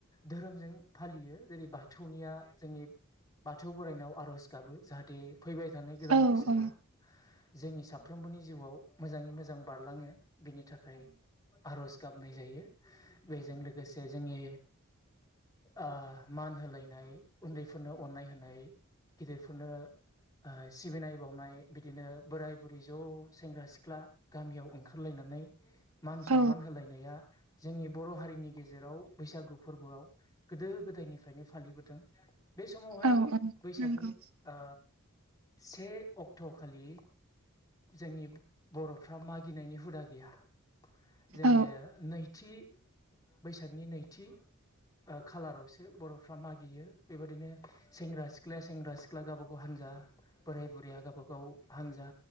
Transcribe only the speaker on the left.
धोरोमजों फालियो। जेरै बाथौनिया जोंनि बाथौ बोरायनायाव आर'ज गाबो। जाहाथे फैबाय थानाय गोदान
बोसोरा
जोंनि साफ्रोम बोनि जिउआव मोजाङै मोजां बारलाङो, बिनि थाखाय आर'ज गाबनाय जायो। बेजों लोगोसे जोंनि ओ मान होलायनाय, उन्दैफोरनो अननाय होनाय, गिदिरफोरनो ओ सिबिनाय बावनाय, बिदिनो बोराय बुरि ज' सेंग्रा सिख्ला गामियाव ओंखारलायना नै मान सनमान
होलायनाया जोंनि बर' हारिनि गेजेराव बैसागु फोरबोआव गोदो गोदा दायनिफ्रायनो फालिबोदों। बे समावहाय
बैसागनि
ओ से अक्ट' खालि जोंनि बर'फ्रा मागिनायनि हुदा गैया। जोनियो
नैथि, बैसागनि नैथि खाालारावसो बर'फ्रा मागियो बेबादिनो सेंग्रा सिख्लाया सेंग्रा सिख्ला गावबा गाव हान जा, बोराय बुरिया गाबा गाव हानजा,